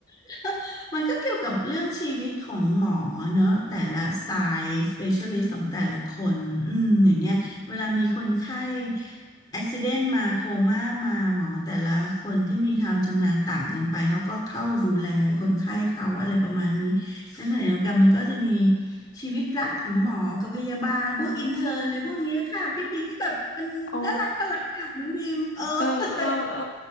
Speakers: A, on the left; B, on the left.
A: <laughs> มันก็เกี่ยวกับเรื่องชีวิตของหมอเนอะ แต่ละสไตล์ specialist ของแต่ละคนอืมอย่างเงี้ยเวลามีคนไข้ accident มาโคม่ามาหมอแต่ละคนที่มีความชำนาญต่างกันไปเขาก็เข้าดูแลคนไข้เขาอะไรประมาณนี้ แล้วขณะเดียวกันมันก็จะมีชีวิตรักของหมอกับพยาบาลพวกอินเทอร์นเลยพวกเนี้ยค่ะพี่ปิงก็แบบมันน่ารักน่ารักอ่ะน้องดีมเออ
B: อ๋ออ๋อเออเออเออ